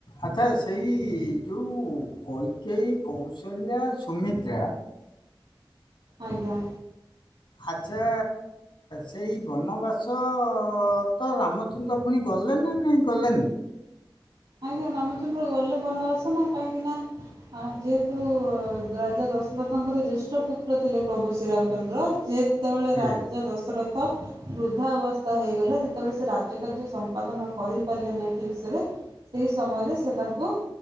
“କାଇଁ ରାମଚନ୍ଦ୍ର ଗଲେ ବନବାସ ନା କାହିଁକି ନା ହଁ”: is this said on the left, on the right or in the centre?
Right